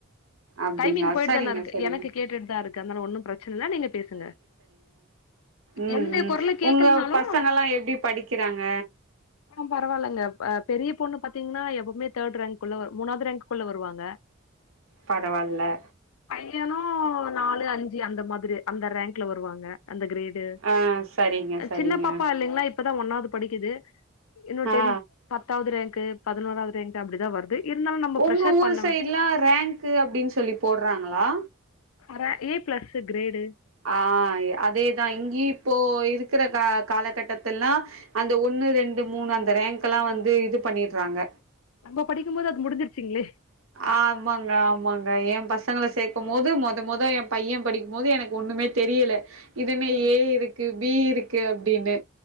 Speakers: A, on the right; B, on the left.
A: அப்டிங்களா
B: டைமிங் போய்ட்டு
A: சரிங்க
B: தானே இருக்கு
A: சரிங்க
B: எனக்கு கேட்டுட்டு தா இருக்கு அதனால ஒன்னு பிரச்சன இல்ல நீங்க பேசுங்க
A: உம்
B: எந்த
A: உம்
B: குரல கேக்கலனாலும்
A: உங்க பசங்கல்லா எப்டி படிக்கிறாங்க
B: பரவாயில்லங்க பெரிய பொண்ணு பாத்தீங்ன்னா எப்பவுமே தேர்ட் ரேங்குள்ள மூணாவது ரேங்குள்ள வருவாங்க
A: பரவால்ல
B: பையனு நாலு அஞ்சு அந்த மாதிரி அந்த ரேங்க்ல வருவாங்க அந்த கிரேட்
A: ஆ சரிங்க சரிங்க
B: சின்ன பாப்பா இல்லைங்களா இப்பதா ஒண்ணாவது படிக்கிது இன்னு டென்த்
A: ஆ
B: பத்தாவது ரேங்க்கு பதினோராவது ரேங்க்கு அப்டிதா வருது இருந்தாலும் நம்ம
A: உங்க
B: ப்ரெஷர்
A: ஊர்
B: பண்ண
A: சைடுலா ரேங்க்கு அப்டின்னு சொல்லி போடுறாங்களா
B: அற ஏ பிளஸ் கிரேடு
A: ஆ அதேதா இங்கயு இப்போ இருக்கிற கா காலகட்டத்துல்லா அந்த ஒண்ணு ரெண்டு மூணு அந்த ரேங்க்ல்லா வந்து இது பண்ணிறாங்க
B: நம்ப படிக்கும் போது அது முடிஞ்சிருச்சிங்களே
A: ஆமாங்க ஆமாங்க என் பசங்கள சேக்கும் போது மொத மொத என் பையே படிக்கும் போது எனக்கு ஒண்ணுமே தெரியல இதுஎன்ன
B: ம்
A: ஏ இருக்கு பி இருக்கு அப்டின்னு